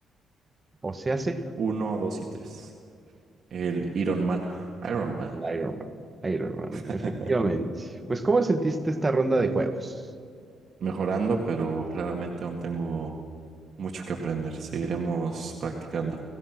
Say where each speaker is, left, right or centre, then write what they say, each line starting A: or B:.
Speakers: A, on the right; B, on the right.
A: O se hace
B: Uno, dos y tres. El Iron Man. Iron Man.
A: Iron Man. Iron Man,
B: <laughs>
A: efectivamente. Pues, ¿cómo sentiste esta ronda de juegos?
B: Mejorando, pero claramente aún tengo mucho que aprender. Seguiremos practicando.